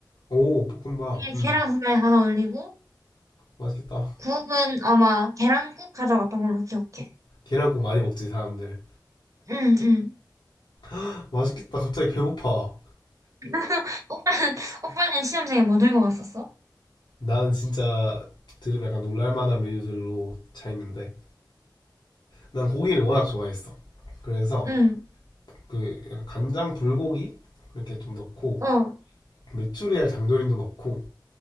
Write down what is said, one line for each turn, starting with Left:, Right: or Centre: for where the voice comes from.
Left: 오, 볶음밥.
Right: 위에
Left: 음,
Right: 계란 후라이 하나 올리고
Left: 맛있겠다.
Right: 국은 아마 계란국 가져갔던 걸로 기억해.
Left: 계란국 많이 먹지 사람들.
Right: 응, 응.
Left: <gasps> <laughs> 맛있겠다. 갑자기 배고파.
Right: <laughs> 오빠는, 오빠는 시험장에 뭐 들고 갔었어?
Left: 나는 진짜 들으면 약간 놀랄만한 메뉴들로 차 있는데. 난 고기를 워낙 좋아했어. 그래서
Right: 응,
Left: 그 약간 간장 불고기 이렇게 좀 넣고
Right: 어,
Left: 메추리알 장조림도 넣고